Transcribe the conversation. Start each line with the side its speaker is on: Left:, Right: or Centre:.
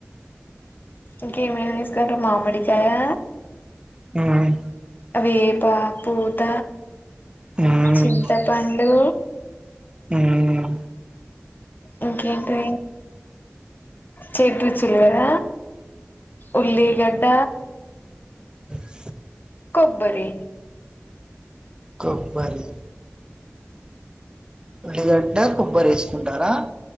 Left: ఇంక ఏమస్క మామిడికాయా
Right: మ్మ్
Left: వేప పూత
Right: మ్మ్
Left: చింతపండు
Right: మ్మ్
Left: ఇంకేంటి చేటు చూలువద ఉల్లిగడ్డ
Right: స
Left: కొబ్బరి
Right: కొబ్బరి ఉల్లిగడ కొబ్బరీ వేసుకుంటారా